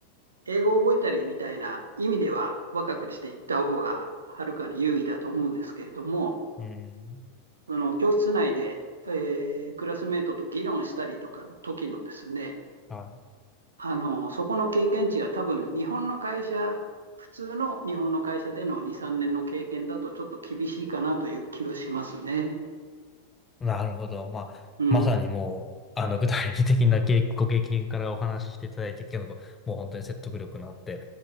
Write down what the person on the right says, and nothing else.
英語を覚えたりみたいな意味では若くしていった方がはるかに優位だと思うんですけれども、
その教室内で、えークラスメートと議論したりとかの時のですね、
あのそこの経験値が多分日本の会社、普通の日本の会社での2、3年の経験だとちょっと厳しいかなという気がしますね。
うん。